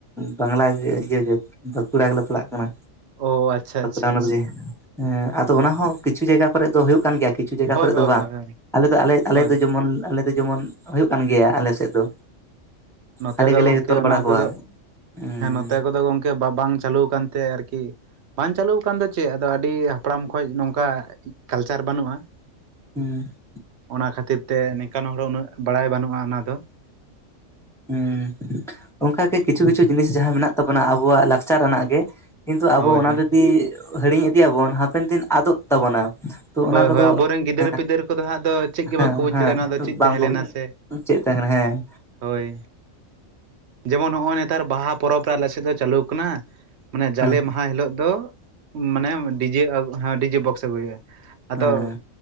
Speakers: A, in the centre; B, on the right (about 60°).
A: ᱵᱟᱝᱞᱟ ᱤᱭᱟ. ᱜᱮ ᱵᱟᱸᱠᱩᱲᱟ ᱜᱮᱞᱮ ᱯᱟᱲᱟᱜ ᱠᱟᱱᱟ
B: ᱚ ᱟᱪᱪᱷᱟ
A: ᱵᱟᱸᱠᱩᱲᱟ
B: ᱟᱪᱪᱷᱟ
A: ᱦᱚᱱᱚᱛ
B: ᱟᱪᱪᱷᱟ
A: ᱜᱮ ᱦᱮᱸ ᱟᱫᱚ ᱚᱱᱟ ᱦᱚᱸ ᱠᱤᱪᱷᱩ ᱡᱟᱭᱜᱟ ᱠᱚᱨᱮ ᱫᱚ ᱦᱩᱭᱩᱜ ᱠᱟᱱ ᱜᱮᱭᱟ ᱠᱤᱪᱷᱩ ᱡᱟᱭᱜᱟ
B: ᱦᱳᱭ
A: ᱠᱚᱨᱮᱜ
B: ᱦᱳᱭ
A: ᱫᱚ ᱵᱟᱝ
B: ᱦᱳᱭ
A: ᱟᱞᱮ ᱫᱚ ᱟᱞᱮ ᱟᱞᱮ
B: ᱦᱳᱭ
A: ᱫᱚ ᱡᱮᱢᱚᱱ ᱟᱞᱮ ᱫᱚ ᱡᱮᱢᱚᱱ ᱦᱩᱭᱩᱜ ᱠᱟᱱ ᱜᱮᱭᱟ ᱟᱞᱮ ᱥᱮᱫ ᱫᱚ
B: ᱱᱚᱛᱮ
A: ᱟᱞᱮ
B: ᱫᱚ
A: ᱜᱮᱞᱮ
B: ᱜᱚᱝᱠᱮ
A: ᱛᱚᱞ
B: ᱚᱱᱟ
A: ᱵᱟᱲᱟ ᱠᱚᱣᱟ
B: ᱠᱚᱫᱚ
A: ᱦᱩᱸ
B: ᱚᱛᱮ ᱠᱚᱫᱚ ᱜᱚᱢᱠᱮ ᱵᱟ ᱵᱟᱝ ᱪᱟᱹᱞᱩ ᱟᱠᱟᱱᱛᱮ ᱟᱨᱠᱤ ᱵᱟᱝ ᱪᱟᱹᱞᱩᱣ ᱠᱟᱱ ᱫᱚ ᱪᱮᱜ ᱟᱫᱚ ᱟᱹᱰᱤ ᱦᱟᱯᱲᱟᱢ ᱠᱷᱚᱡ ᱱᱚᱝᱠᱟ ᱠᱟᱞᱪᱟᱨ ᱵᱟᱹᱱᱩᱜᱼᱟ ᱾
A: <inaudible>
B: ᱚᱱᱟ ᱠᱷᱟᱹᱛᱤᱨ ᱛᱮ ᱱᱮᱠᱟᱱ ᱦᱚᱲ ᱦᱚ ᱩᱱᱟᱹᱜ ᱵᱟᱲᱟᱭ ᱵᱟᱹᱱᱩᱜᱼᱟ, ᱚᱱᱟ ᱫᱚ ᱾
A: ᱦᱩᱸ, ᱚᱱᱠᱟ ᱜᱮ ᱠᱤᱪᱷᱩ ᱠᱤᱪᱷᱩ ᱡᱤᱱᱤᱥ ᱡᱟᱦᱟᱸ ᱢᱮᱱᱟᱜ ᱛᱟᱵᱚᱱᱟ ᱟᱵᱚᱣᱟᱜ ᱞᱟᱠᱪᱟᱨ ᱟᱱᱟᱜ ᱜᱮ ᱾ ᱠᱤᱱᱛᱩ ᱟᱵᱚ
B: ᱦᱳᱭ
A: ᱚᱱᱟ
B: ᱦᱳᱭ
A: ᱡᱩᱫᱤ ᱦᱤᱲᱤᱧ ᱤᱫᱤᱭᱟ ᱵᱚᱱ ᱦᱟᱯᱮᱱ ᱫᱤᱱ ᱟᱫᱚᱜ ᱛᱟᱵᱚᱱᱟ ᱾ ᱛᱚ
B: ᱦᱳᱭ
A: ᱚᱱᱟ ᱠᱚᱫᱚ
B: ᱦᱳᱭ ᱟᱵᱚᱨᱮᱱ ᱜᱤᱫᱟᱹᱨ
A: ᱦᱮᱸ
B: ᱯᱤᱫᱟᱹᱨ ᱠᱚᱫᱚ ᱦᱟᱸᱜ ᱫᱚ ᱪᱮᱫ ᱜᱮ
A: ᱦᱮᱸ
B: ᱵᱟᱠᱚ ᱵᱩᱡᱽ
A: ᱦᱮᱸ
B: ᱫᱟᱲᱮᱭᱟᱜᱼᱟ ᱚᱱᱟ ᱫᱚ ᱪᱮᱫ
A: ᱵᱟᱝᱠᱚ
B: ᱛᱟᱦᱮᱸ ᱞᱮᱱᱟ
A: ᱵᱩᱡᱟ
B: ᱥᱮ
A: ᱪᱮᱜ ᱛᱟᱦᱮᱸ ᱠᱟᱱᱟ, ᱦᱮᱸ ᱾
B: ᱦᱳᱭ, ᱡᱮᱢᱚᱱ ᱦᱚᱜᱼᱚᱭ ᱱᱮᱛᱟᱨ ᱵᱟᱦᱟ ᱯᱚᱨᱚᱵᱽ ᱨᱮ ᱟᱞᱮ ᱥᱮᱫ ᱫᱚ ᱪᱟᱹᱞᱩ ᱠᱟᱱᱟ ᱾ ᱢᱟᱱᱮ ᱡᱟᱞᱮ
A: ᱦᱮᱸ
B: ᱢᱟᱦᱟ ᱦᱤᱞᱳᱜ ᱫᱚ ᱢᱟᱱᱮ ᱰᱤᱡᱮ ᱦᱮ ᱰᱤᱡᱮ ᱵᱚᱠᱥ ᱟᱹᱜᱩᱭᱼᱟ᱾ ᱟᱫᱚ
A: ᱦᱮᱸ